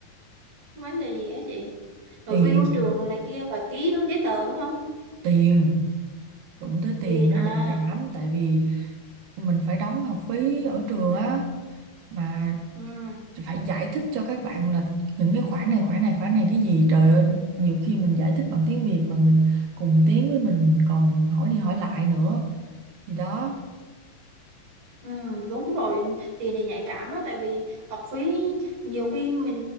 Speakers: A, on the right; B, on the right.
A: cái vấn đề gì á chị nội
B: tiền
A: quy của trường đồ này kia và ký đúng giấy tờ đúng không
B: tiền đụng tới tiền
A: tiền
B: nó
A: à
B: nhạy cảm tại vì mình phải đóng học phí ở trường á mà
A: ừ
B: phải giải thích cho các bạn là những cái khoản này khoản này khoản này cái gì trời ơi nhiều khi mình giải thích bằng tiếng Việt mà người cùng tiếng với mình mình còn hỏi đi hỏi lại nữa thì đó
A: Ừ, đúng rồi tiền thì nhạy cảm á tại vì học phí nhiều khi mình